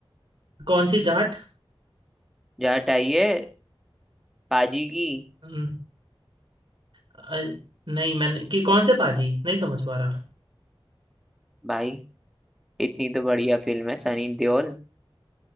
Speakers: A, on the right (about 60°); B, in the centre.
A: कौन सी जाट
B: जाट आई है पाजी की
A: हम्म, अ, नहीं मैंने कि कौन से पाजी नहीं समझ पा रहा
B: भाई इतनी तो बढ़िया फिल्म है सनी देओल